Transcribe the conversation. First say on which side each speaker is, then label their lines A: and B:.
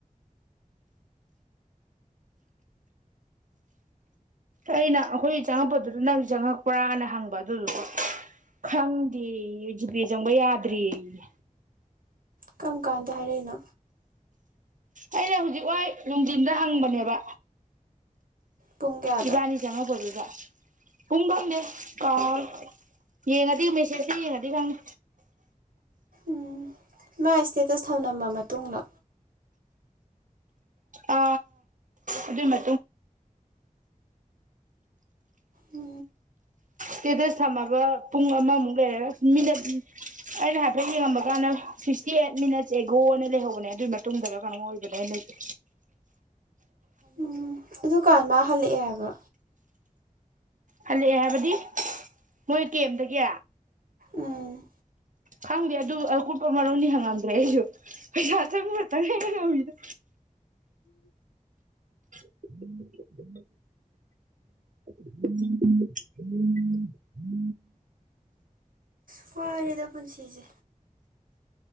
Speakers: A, on the right (about 65°); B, on the right (about 80°).
A: ꯑꯩꯅ ꯑꯩꯈꯣꯏ ꯆꯪꯉꯛꯄꯗꯨꯗ ꯅꯪ ꯆꯪꯉꯛꯄ꯭ꯔꯥꯅ ꯍꯪꯕ ꯑꯗꯨꯗꯨꯒ ꯈꯪꯗꯦ ꯖꯤꯄꯦ ꯆꯪꯕ ꯌꯥꯗ꯭ꯔ‌ꯦꯌ‌ꯦ
B: ꯀꯔꯝ ꯀꯥꯟꯗ ꯍꯥꯏꯔꯛꯏꯅꯣ
A: ꯑꯩꯅ ꯍꯧꯖꯤꯛ ꯋꯥꯏ ꯅꯨꯡꯗꯤꯟꯗ ꯍꯪꯕꯅꯦꯕ
B: ꯄꯨꯡ ꯀꯌꯥꯗ
A: ꯏꯕꯅꯤ ꯆꯪꯉꯛꯄꯗꯩꯗ ꯄꯨꯡ ꯀꯪꯗꯦ ꯀꯥꯎ ꯌꯦꯡꯉꯗꯤ ꯃꯦꯁꯦꯁꯇ ꯌꯦꯡꯉꯗꯤ ꯈꯪꯅꯤ
B: ꯎꯝ ꯃꯥ ꯏꯁꯇꯦꯇꯁ ꯊꯝꯂꯝꯃ ꯃꯇꯨꯡꯗ
A: ꯑ ꯑꯗꯨ ꯃ
B: ꯎ
A: ꯁꯇꯦꯇꯁ ꯊꯝꯃꯕ ꯄꯨꯡ ꯑꯃꯃꯨꯛ ꯂꯩꯔꯒ ꯃꯤꯅꯠ ꯑꯩꯅ ꯍꯥꯏꯐꯦꯠ ꯌꯦꯡꯉꯝꯕ ꯀꯥꯟꯗ ꯁꯤꯛꯁꯇꯤ ꯑꯩꯠ ꯃꯤꯅꯠꯁ ꯑꯦꯒꯣꯅ ꯂꯩꯍꯧꯕꯅꯦ ꯑꯗꯨꯒꯤ ꯃꯇꯨꯡꯗꯒ ꯀꯩꯅꯣꯃ ꯑꯣꯏꯕꯅꯦ ꯑ ꯂꯩꯇꯦ
B: ꯎꯝ ꯑꯗꯨꯀꯥꯟ ꯃꯥ ꯍꯜꯂꯛꯑꯦ ꯍꯥꯏꯕ
A: ꯍꯜꯂꯛꯑꯦ ꯍꯥꯏꯕꯗꯤ ꯃꯣꯏ ꯀꯦꯝꯗꯒꯤ
B: ꯎꯝ
A: ꯈꯪꯗꯦ ꯑꯗꯨ ꯑꯀꯨꯞꯄ ꯃꯔꯣꯅꯤ ꯍꯪꯉꯝꯗ꯭ꯔꯦ ꯑꯩꯁꯨ ꯄꯩꯁꯥ ꯆꯪꯕꯇꯪ ꯉꯃꯤꯗ ꯎꯝ ꯎꯝ ꯎꯝ
B: ꯄꯨꯋꯥꯗ ꯄꯨꯟꯁꯤꯁꯦ